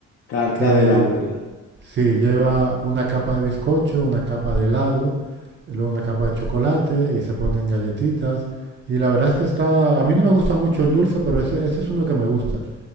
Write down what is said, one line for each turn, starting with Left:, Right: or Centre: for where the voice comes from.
Left: Carta
Right: que
Left: de la abuela.
Right: Sí, lleva una capa de bizcocho, una capa de helado, luego una capa de chocolate y se ponen galletitas. Y la verdad es que está, a mí no me gusta mucho el dulce, pero ese, ese es uno que me gusta,